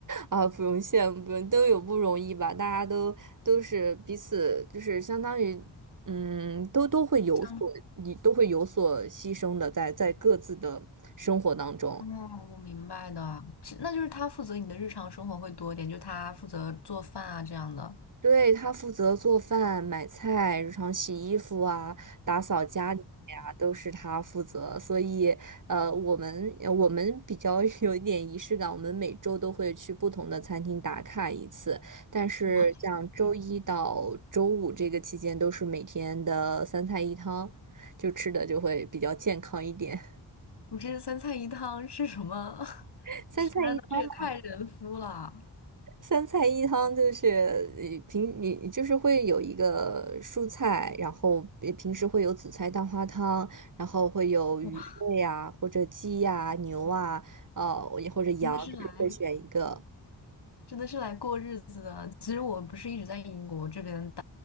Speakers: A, on the right; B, on the left.
A: 啊，不用羡慕，不用，都有不容易吧？大家都都是彼此，就是相当于，嗯，都都会有所，
B: 这样
A: 你都会有所牺牲的在，在各自的生活当中。
B: 哦，我明白的，其那就是他负责你的日常生活会多一点，就他负责做饭啊这样的。啊，
A: 对，他负责做饭、买菜、日常洗衣服啊、打扫家里呀、都是他负责。所以，呃，我们呃我们比较 <laughs> 有一点仪式感，我们每周都会去不同的餐厅打卡一次。但是，
B: 哇，
A: 像周一到周五这个期间，都是每天的三菜一汤，就吃的就会比较健康一点。
B: 我这三菜一汤是什么？<laughs>
A: <laughs> 三菜一汤
B: 天呐，这也太人夫了！
A: 三菜一汤就是呃平，你就是会有一个蔬菜，然后呃平时会有紫菜蛋花汤，然后会有鱼类呀、
B: 哇，
A: 或者鸡呀、牛啊，呃，也或者羊，
B: 真的是来。
A: 就是会选一个。
B: 真的是来过日子的。其实我不是一直在英国这边待，